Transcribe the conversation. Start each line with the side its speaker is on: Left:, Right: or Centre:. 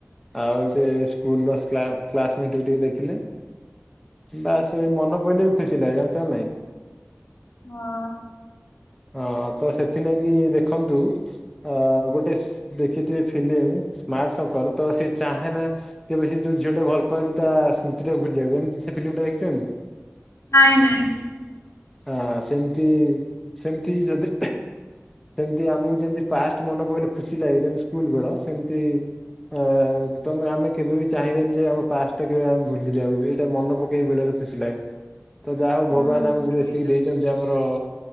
Centre: ଆଉ ସେ ସ୍କୁଲର କ୍ଲାସମେଟ୍ ଟିକେ ଦେଖିଲେ। ବା ସେ ମନ ପଇଲେ ବି ଖୁସି ଲାଗେ ଜାଣିଛ ନାଇଁ।
Left: ହଁ।
Centre: ହଁ ତ ସେଥିଲାଗି ଦେଖନ୍ତୁ ଅ ଗୋଟେ ଦେଖିଥିବେ ଫିଲ୍ମ ସ୍ମାର୍ଟ ଶଙ୍କର ତ ସେ ଚାହେଁ ନା କେବେ ସେ ଯୋଉ ଝିଅ ଟା ଭଲ ପାଉଛି ତା ସ୍ମୃତି ଟା ଭୁଲିବାକୁ ହେଲେ ସେ ଫିଲ୍ମ ଟା ଦେଖିଛନ୍ତି?
Left: ନାଇଁ ନାଇଁ।
Centre: ଆ ସେମିତି ସେମତି ଯଦି। ସେମତି ଆମୁକୁ ଯେମତି ପାଷ୍ଟ ମନେ ପକେଇଲେ ଖୁସି ଲାଗେ ଯେମତି ସ୍କୁଲ ବେଳ ସେମତି। ଅ ତମେ ଆମେ କେବେ ବି ଚାହିଁବେନି ଯେ ଆମ ପାଷ୍ଟ ଟା କେବେ ଆମେ ଭୁଲି ଯାଉ ଏଇଟା ମନ ପକେଇ ବେଳର। ଖୁସି ଲାଗେ ତ ଯାହା ହଉ
Left: ହଁ
Centre: ଭଗବାନ
Left: ସେଥିପାଇଁ
Centre: ଆମୁକୁ ଏତିକି ଦେଇଛନ୍ତି ଯେ ଆମର।